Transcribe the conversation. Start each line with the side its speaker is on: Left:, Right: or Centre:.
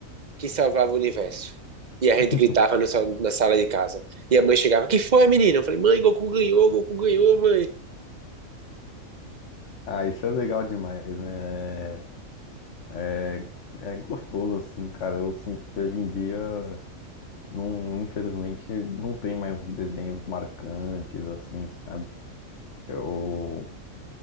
Right: que salvava o universo. E a
Left: <laughs>
Right: gente gritava no sal- na sala de casa. E a mãe chegava: Que foi, menina? Eu falei: Mãe, Goku ganhou, Goku ganhou, mãe.
Left: Ah, isso é legal demais, né? É, é gostoso, assim, cara. Eu sinto que hoje em dia. Não, infelizmente, não tem mais desenhos marcantes, assim, sabe? Eu,